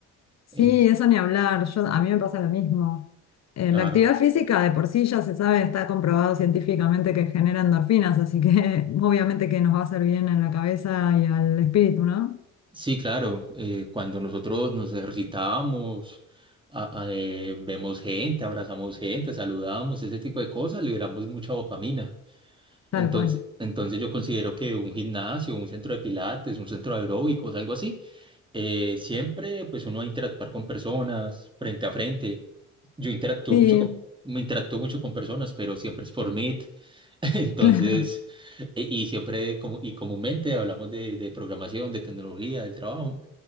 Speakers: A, on the left (about 60°); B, on the right (about 15°).
A: Sí,
B: Ent-
A: eso ni hablar. Yo, a mí me pasa lo mismo. Eh,
B: claro.
A: la actividad física de por sí ya se sabe, está comprobado científicamente que genera endorfinas, así que <laughs> obviamente que nos va a hacer bien en la cabeza y al espíritu, ¿no?
B: Sí, claro. eh, cuando nosotros nos ejercitamos, a- a- eh, vemos gente, abrazamos gente, saludamos, ese tipo de cosas, liberamos mucha dopamina. Entonces,
A: Tal cual.
B: entonces yo considero que un gimnasio, un centro de pilates, un centro de aeróbicos, algo así, eh, siempre pues uno va a interactuar con personas frente a frente. Yo interactúo
A: Sí,
B: mucho con, me interactúo mucho con personas, pero siempre es por mí <laughs> Entonces,
A: <laughs> claro,
B: e- y siempre como, y comúnmente hablamos de, de programación, de tecnología, del trabajo.